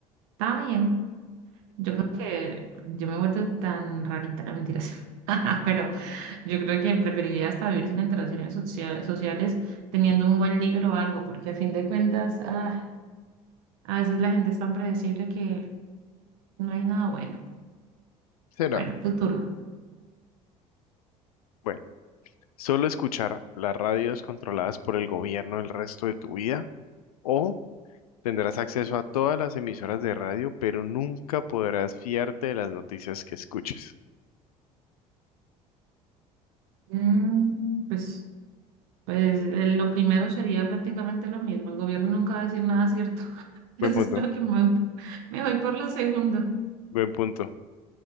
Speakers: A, on the right; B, on the left.
A: está bien. Yo creo que yo me he vuelto tan rarita, ah, mentiras, <laughs> pero yo creo que preferiría hasta vivir sin interacciones socia- sociales teniendo un buen libro o algo, porque a fin de cuentas, ah, a veces la gente es tan predecible que no hay nada bueno.
B: ¿Será?
A: Bueno, tu turno.
B: Bueno, solo escuchar las radios controladas por el gobierno el resto de tu vida. o Tendrás acceso a todas las emisoras de radio, pero nunca podrás fiarte de las noticias que escuches.
A: Mm, pues, pues eh, lo primero sería prácticamente lo mismo. El gobierno nunca va a decir nada cierto. <laughs> Entonces
B: Buen punto,
A: creo que me voy por, me voy por lo segundo.
B: buen punto.